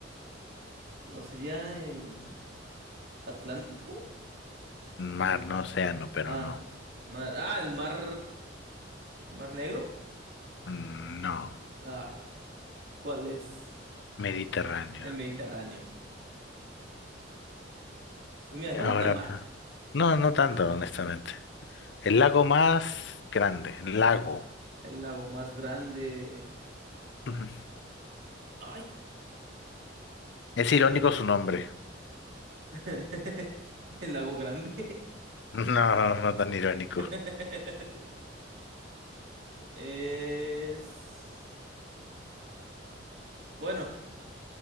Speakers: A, on the right; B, on the left.
A: ¿No sería el Atlántico?
B: Mar, no océano, pero
A: Ah,
B: no.
A: mar... ah, el mar. ¿El mar Negro?
B: Mm, No,
A: Ah, ¿cuál es?
B: Mediterráneo.
A: El Mediterráneo. Pues mira,
B: Ahora,
A: no está tan mal.
B: no, no no tanto, honestamente. El lago más grande, el lago.
A: El lago más grande.
B: Ujú.
A: Ay,
B: Es irónico
A: eh,
B: su nombre. <laughs>
A: <laughs> el lago grande.
B: No, no, no tan irónico.
A: <laughs> Es. Bueno,